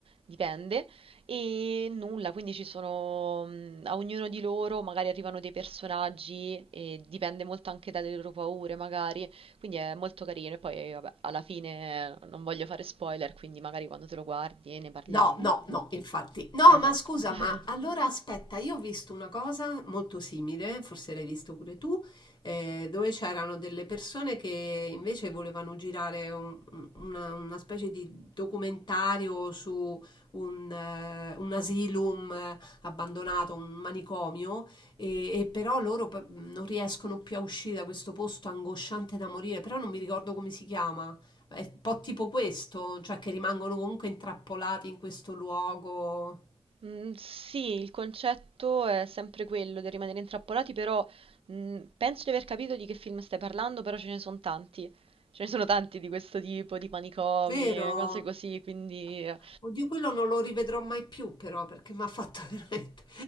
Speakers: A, on the right; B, on the left.
A: dipende, e nulla, quindi ci sono, mm, a ognuno di loro magari arrivano dei personaggi e dipende molto anche dalle loro paure, magari, quindi è molto carino e poi eh, vabbè, alla fine eh, non voglio fare spoiler, quindi magari quando te lo guardi ne parliamo.
B: No, no, no, infatti. No,
A: Esatto.
B: ma scusa,
A: <laughs>
B: ma allora aspetta, io ho visto una cosa molto simile, forse l'hai visto pure tu, eh, dove c'erano delle persone che invece volevano girare un- una, una specie di documentario su un, eh, un asylum eh, abbandonato, un manicomio, e, e però loro p- non riescono più a uscire da questo posto angosciante da morire, però non mi ricordo come si chiama. È un po' tipo questo, cioè che rimangono comunque intrappolati in questo luogo.
A: Mm, sì, il concetto è sempre quello di rimanere intrappolati, però mm, penso di aver capito di che film stai parlando, però ce ne sono tanti. Ce ne sono tanti di questo tipo, di manicomi,
B: Vero?
A: cose così, quindi eh,
B: Oddio, quello non lo rivedrò mai più, però, perché mi ha fatto <laughs> veramente.